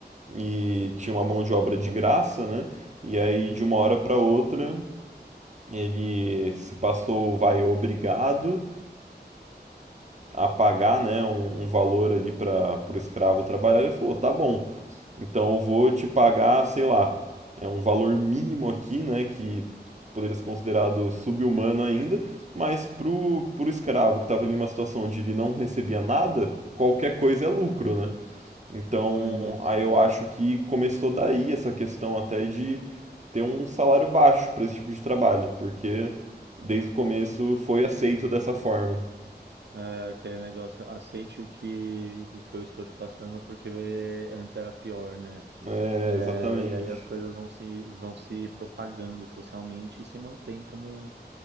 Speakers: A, on the right; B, on the right.
A: e tinha uma mão de obra
B: aham.
A: de graça, né? E aí de uma hora para outra ele se passou, vai obrigado a pagar, né, um, um valor ali para o escravo trabalhar. Ele falou, tá bom, então eu vou te pagar, sei lá, é um valor mínimo aqui, né, que poderia ser considerado sub humano
B: é.
A: ainda, mas pro, pro escravo que estava ali em uma situação onde ele não recebia nada, qualquer coisa é lucro, né? Então,
B: Sim, sim.
A: aí eu acho que começou daí essa questão até de ter um salário baixo para esse tipo de trabalho, porque desde o começo foi aceito dessa forma.
B: É, aquele negócio, aceite o que, o que eu estou te passando, porque eh, antes era pior, né?
A: É,
B: É,
A: exatamente.
B: e aí as coisas vão se, vão se propagando socialmente e se mantém como um-